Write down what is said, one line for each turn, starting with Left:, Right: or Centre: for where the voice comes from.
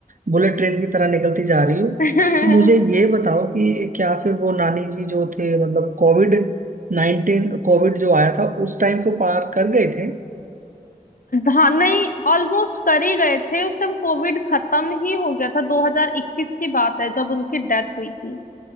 Right: बुलेट ट्रेन की तरह निकलती जा रही हो तो
Left: <laughs>
Right: मुझे ये बताओ कि क्या फिर वो नानी जी जो थे मतलब कोविड नाइन्टीन कोविड जो आया था उस टाइम को पार कर गए थे
Left: हाँ नहीं ऑलमोस्ट कर ही गए थे उस टाइम कोविड खत्म ही हो गया था 2021 की बात है जब उनकी डेथ हुई थी